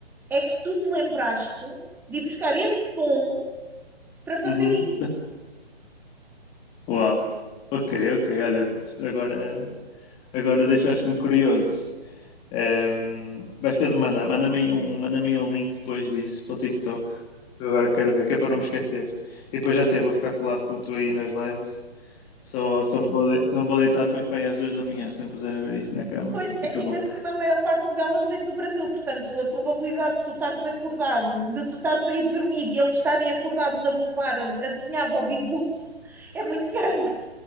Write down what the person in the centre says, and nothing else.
é que tu te lembraste de ir buscar esse tom para fazer
isso.
Pois
é
que ainda por cima a maior parte delas vem do Brasil, portanto a probabilidade de tu estares acordado, de tu estares a ir dormir e eles estarem acordados a bombar, a, a desenhar Bobby Goods, é muito grande.